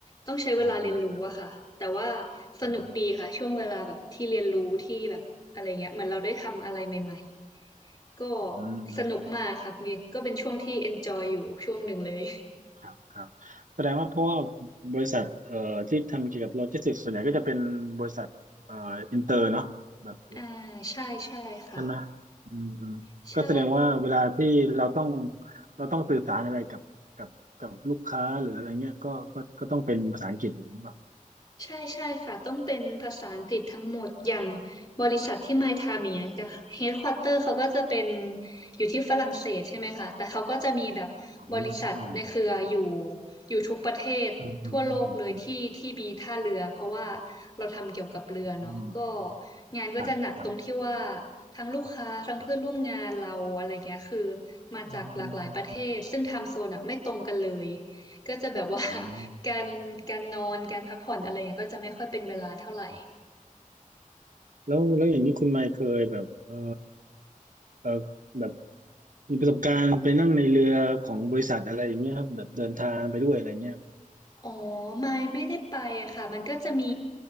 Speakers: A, on the left (about 30°); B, on the right (about 65°).
A: ต้องใช้เวลาเรียนรู้อะค่ะแต่ว่า
B: อ่า
A: สนุกดีค่ะช่วงเวลาแบบที่เรียนรู้ที่แบบอะไรเงี้ยเหมือนเราได้ทำอะไรใหม่
B: อืม
A: ๆก็
B: อืม
A: สนุกมากครับนี่ก็เป็นช่วงที่ enjoy อยู่ช่วงหนึ่งเลย
B: ครับครับแสดงว่าเพราะว่าบริษัทเอ่อที่ทำเกี่ยวกับโลจิสติกส์ส่วนใหญ่ก็จะเป็นบริษัทเอ่ออินเตอร์เนาะแบบ
A: อ่าใช่ใช่ค่ะ
B: ใช่ไหมอืมอืมก็แสดงว่าเวลาที่เราต้อง
A: ใช่
B: เราต้องสื่อสารอะไรกับกับกับลูกค้าหรืออะไรเงี้ยก็ก็ก็ต้องเป็นภาษาอังกฤษอย่างนี้ป่ะ
A: ใช่ใช่ค่ะต้องเป็นภาษาอังกฤษทั้งหมดอย่างบริษัทที่ไมค์ทำอย่างเงี้ยค่ะเฮดควอเตอร์เขาก็จะเป็น
B: อม
A: อยู่ที่ฝรั่งเศสใช่ไหมคะแต่เขาก็จะมีแบบบริษัทในเครืออยู่
B: อ๋อ
A: อยู่ทุกประเทศทั่วโลกเลยที่ที่มีท่าเรือเพราะว่า
B: อืมอืมอืมอืม
A: เราทำเกี่ยวกับเรือเนาะก็
B: อืม
A: งานก็จะหนักตรงที่ว่า
B: ครับครับ
A: ทั้งลูกค้าทั้งเพื่อนร่วมงานเราอะไรเงี้ยคือมาจากหลากหลายประเทศซึ่งไทม์โซนอะไม่ตรงกันเลย
B: อืมอืมอืม
A: ก็จะแบบว่า
B: อืม
A: การการนอนการพักผ่อนอะไรเงี้ยก็จะไม่ค่อยเป็นเวลาเท่าไหร่
B: แล้วแล้วอย่างนี้คุณไมค์เคยแบบเออเออแบบมีประสบการณ์ไปนั่งในเรือของบริษัทอะไรอย่างเงี้ยครับแบบเดินทางไปด้วยอะไรเงี้ย
A: อ๋อไม่ไม่ได้ไปอะค่ะมันก็จะมี